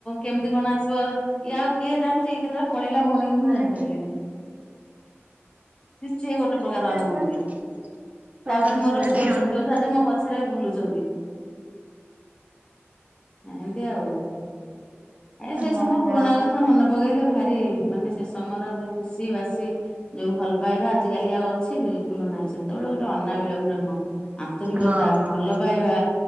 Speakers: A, on the left; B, on the right.
A: କେମିତି କଣ ଆସିବ ଇଏ ଆଉ କିଏ କାନ୍ଦୁଚି। କେତେବେ ପଳେଇଲା ଭଉଣୀ ମୁଁ
B: ମାନେ
A: ଜାଣିପାରିଲିନି। ନିଶ୍ଚୟ ଗୋଟେ
B: ଖୁସି
A: ପ୍ରକାର
B: ହେଲାନି
A: ଅନୁଭୂତି।
B: ହଁ
A: ତାପରେ ମୋର
B: ସିଏ ଏଠି
A: ଛୁଆ
B: ଅନଉ
A: ଛୋଟ ଛୁଆ ଯେ ମୋ ପଛରେ ବୁଲୁଚନ୍ତି। ଏମତି ଆଉ ଏ ସେ
B: ହଁ
A: ସମୟ
B: ଯା
A: ପୁରୁଣା
B: ହଉ।
A: କଥା ମନେ ଭୋଗେଇଲେ ଭାରି ମାନେ ସେ ସମୟର ଯୋଉ ଖୁସି ବାସି। ଯୋଉ ଭଲ ପାଇବା ଆଜିିକାଲି ଆଉ ଅଛି ବିଲକୁଲ ନାହିଁ ସେତେବେଳେ ଗୋଟେ ଅନାବିଳ ପ୍ରେମ। ଆନ୍ତରିକତା
B: ହଁ ହଁ
A: ଭଲ ପାଇବା